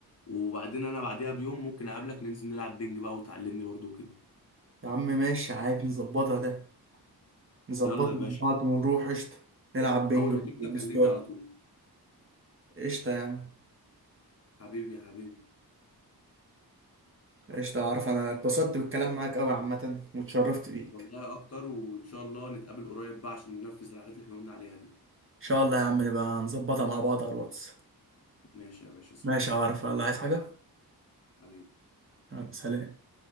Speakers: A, on the left (about 40°); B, on the right (about 35°).
A: وبعدين انا بعديها بيوم ممكن اقابلك ننزل نلعب بينج بقى وتعلمني برضو كده
B: يا عم ماشي عادي نظبطها ده نظبطها
A: يلا يا باشا
B: مع بعض ونروح قشطه نلعب بينج
A: اول ما تبدا
B: ونستار
A: كلمني على طول
B: قشطة يا عم
A: حبيبي يا حبيبي
B: قشطة أعرف أنا اتبسطت بالكلام معاك أوي عامة واتشرفت بيك
A: والله اكتر وان شاء الله نتقابل قريب بقى عشان ننفذ الحاجات اللي احنا قلنا عليها دي
B: إن شاء الله يا عم نبقى نظبطها مع بعض على الواتس
A: ماشي يا باشا سلام
B: ماشي أعرف الله عايز حاجة
A: حبيبي
B: يلا، سلام